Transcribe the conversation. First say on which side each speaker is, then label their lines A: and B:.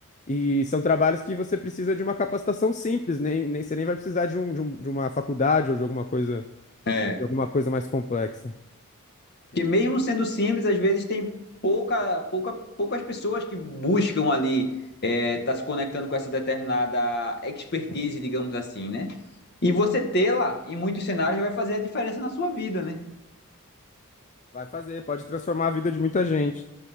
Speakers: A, on the left; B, on the left.
A: e são trabalhos que você precisa de uma capacitação simples, nem, nem você nem vai precisar de um, de um- de uma faculdade ou de alguma coisa,
B: é.
A: de alguma coisa mais complexa.
B: Porque mesmo sendo simples, às vezes tem pouca, pouca, poucas pessoas que buscam ali é, tá se conectando com essa determinada expertise, digamos assim, né? E você tê-la em muitos cenários vai fazer a diferença na sua vida, né?
A: Vai fazer, pode transformar a vida de muita gente.